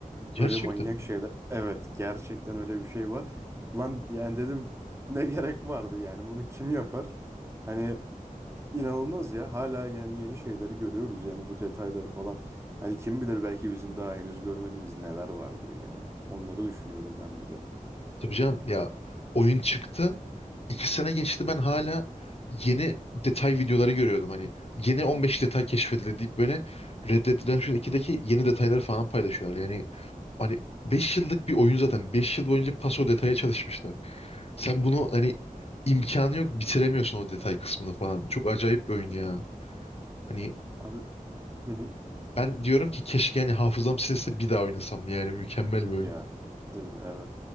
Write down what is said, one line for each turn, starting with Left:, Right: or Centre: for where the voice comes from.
Left: Gerçekten
Right: Öyle manyak
Left: mi?
Right: şeyler. Evet gerçekten öyle bir şey var. Lan yani dedim ne gerek vardı yani bunu kim yapar? Hani İnanılmaz ya. Hala yani yeni şeyleri görüyoruz yani bu detayları falan. Hani kim bilir belki bizim daha henüz görmediğimiz neler vardır yani. Onları düşünüyorum ben bir de.
Left: Tabii canım ya oyun çıktı. İki sene geçti ben hala yeni detay videoları görüyordum. Hani yeni 15 detay keşfedildi deyip böyle Red Dead Redemption 2'deki yeni detayları falan paylaşıyorlar. Yani hani 5 yıllık bir oyun zaten. beş yıl boyunca paso detaya çalışmışlar. Sen bunu hani imkanı yok bitiremiyorsun o detay kısmını falan. Çok acayip bir oyun ya. Hani
Right: Abi hı hı.
Left: ben diyorum ki keşke hani hafızam silinse bir daha oynasam. Yani mükemmel bir oyun.
Right: Ya değil mi? Evet.